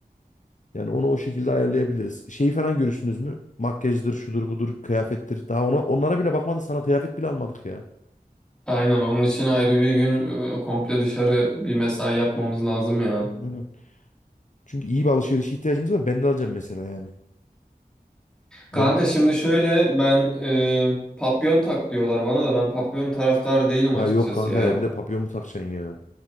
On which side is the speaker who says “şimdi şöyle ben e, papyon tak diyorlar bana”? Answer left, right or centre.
Centre